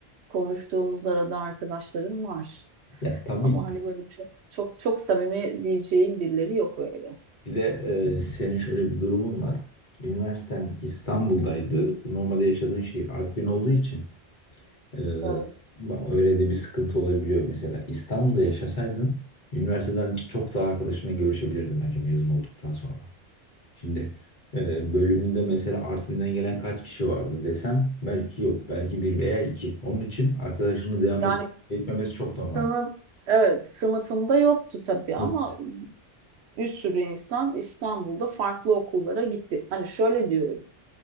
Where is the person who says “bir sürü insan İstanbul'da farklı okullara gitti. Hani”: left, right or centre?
Right